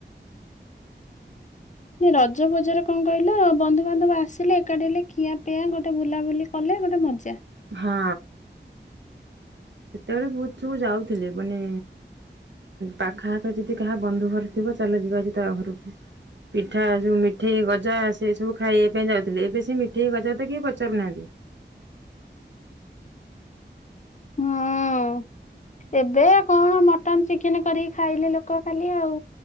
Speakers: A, on the left; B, on the right.
A: ରଜ ବଜରେ କଣ କହିଲ ବନ୍ଧୁବାନ୍ଧବ ଆସିଲ ଏକାଠି ହେଲେ ଖିଆ ପିଆଁ ଗୋଟେ ବୁଲାବୁଲି କଲେ ଗୋଟେ ମଜା।
B: ହଁ। ସେତେବେଳେ ବୋହୁତୁ ଯାଉଥିଲେ ମାନେ ପାଖା ଆଖରେ ଯଦି କାହା ବନ୍ଧୁ ଘର ଥିବ ଚାଲ ଯିବା ଆଜି ତା ଘରକୁ। ପିଠା ଯୋଉ ମିଠେଇ ଗଜା ସେ ସବୁ ଖାଇବା ପାଇଁ ଯାଉଥିଲେ ଏବେ ସେ ମିଠେଇ ଗଜା ତ କିଏ ପଚାରୁନାହାନ୍ତି।
A: ହୁଁ। ଏବେ କଣ ମଟନ୍ ଚିକେନ କରିକି ଖାଇଲେ ଲୋକ ଖାଲି ଆଉ।